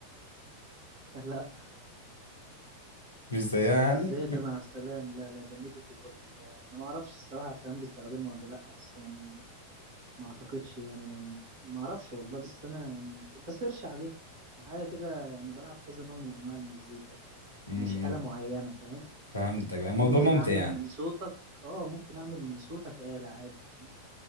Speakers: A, on the right (about 45°); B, on the left (about 85°).
A: لا
B: مش زيها
A: مش
B: يعني
A: زي اللي مع عبد السلام لا لا ده ميديكي بورد ده انا ما اعرفش الصراحه عبد السلام بيستخدمه ولا لا بس يعني ما اعتقدش يعني لان ما اعرفش والله بس انا يعني بسيرش عليها حاجه كده يعني بلعب كذا نوع من انواع المزيكا يعني
B: امم
A: مش آلة معينه فاهم
B: فهمتك الموضوع
A: ممكن
B: ممتع
A: اعمل
B: يعني
A: من صوتك اه ممكن اعمل من صوتك آلة عادي فاهم